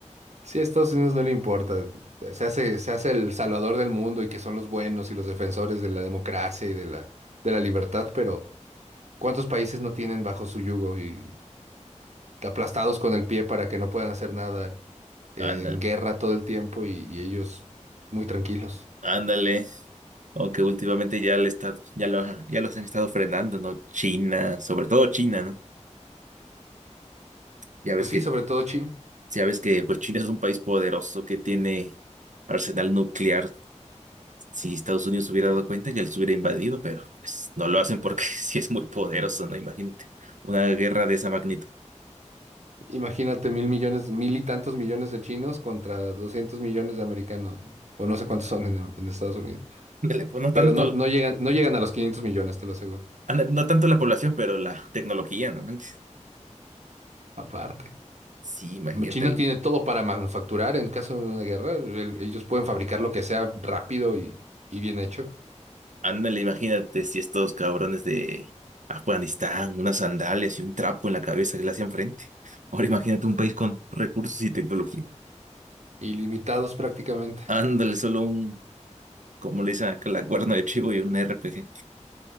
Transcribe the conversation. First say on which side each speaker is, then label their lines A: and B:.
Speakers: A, on the right; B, on the right.
A: Sí, a Estados Unidos no le importa. Se hace, se hace el salvador del mundo y que son los buenos y los defensores de la democracia y de la, de la libertad, pero ¿cuántos países no tienen bajo su yugo y aplastados con el pie para que no puedan hacer nada? eh,
B: Ándale,
A: en guerra todo el tiempo y, y ellos muy tranquilos.
B: ándale. Aunque últimamente ya le está, ya lo, ha- ya los han estado frenando, ¿no? China, sobre todo China, ¿no? Ya ves
A: Pues
B: que,
A: sí, sobre todo China.
B: ya ves que pues China es un país poderoso que tiene arsenal nuclear. Si Estados Unidos hubiera dado cuenta, ya los hubiera invadido, pero pues no lo hacen porque <laughs> sí es muy poderoso, ¿no? Imagínate, una guerra de esa magnitud.
A: Imagínate mil millones, mil y tantos millones de chinos contra 200 millones de americanos, ¿no? o no sé cuántos son en, en Estados Unidos.
B: Ándale, pues no
A: Pero
B: tanto.
A: no, no llegan, no llegan a los quinientos millones, te lo aseguro.
B: ándale, no tanto la población, pero la tecnología, ¿no manches?
A: Aparte,
B: Sí, imagínate,
A: China
B: el-
A: tiene todo para manufacturar en caso de una guerra. el- ellos pueden fabricar lo que sea rápido y, y bien hecho,
B: ándale, imagínate si estos cabrones de Afganistán, unas sandalias y un trapo en la cabeza que le hacían frente. Ahora imagínate un país con recursos y tecnología.
A: ilimitados prácticamente.
B: Ándale, solo un, como le dicen acá, la cuerna de chivo y un RPG.